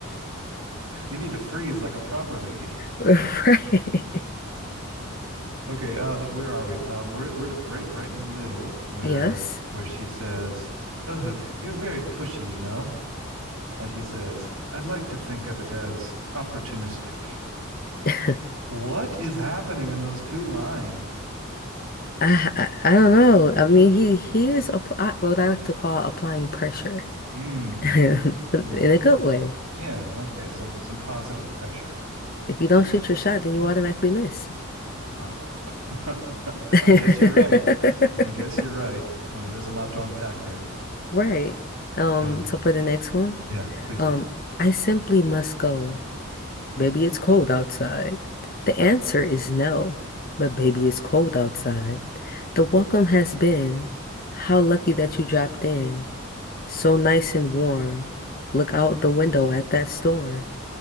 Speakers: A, on the right; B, on the left.
A: You need to freeze like a proper lady. <laughs>
B: Right.
A: Okay, uh where are we? Um we're we're at a break right in the middle where
B: Yes.
A: where she says, "Ugh, you're very pushy, you know." And he says, "I'd like to think of it as opportunistic."
B: I,
A: What is happening in those two lines?
B: I I don't know. I mean, he he is apply what I like to call applying pressure
A: Mm,
B: <laughs> in
A: mm.
B: a good way.
A: Yeah, okay, some some positive pressure.
B: If you don't shoot your shot, then you automatically miss.
A: Oh. <laughs>
B: <laughs>
A: I guess you're right. I guess you're right. Uh, there's a lot to unpack there.
B: Right. Um,
A: Uh,
B: so for the next one,
A: yeah, please
B: um,
A: do.
B: I simply must go. Baby, it's cold outside. The answer is no, but baby, it's cold outside. The welcome has been, how lucky that you dropped in. So nice and warm. Look out the window at that storm.